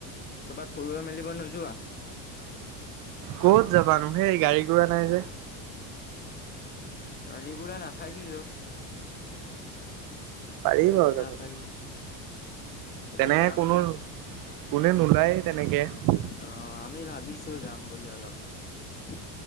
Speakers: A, on the left; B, on the right.
A: ক'বাত ফুৰিব- মেলিব নোযোৱা?
B: ক'ত যাবানো হে গাড়ী -ঘোঁৰা নাই যে ।
A: গাড়ী, ঘোঁৰা নাথাকিলেও ।
B: পাৰি বাও যাবলে
A: পাৰি। ক'ৰবাত
B: ।তেনে
A: যাম
B: কোনো
A: ওলা
B: কো নোৱে নোলায় তেনেকে ।
A: অঁ, আমি ভাৱিছো যাম বুলি অলপ ।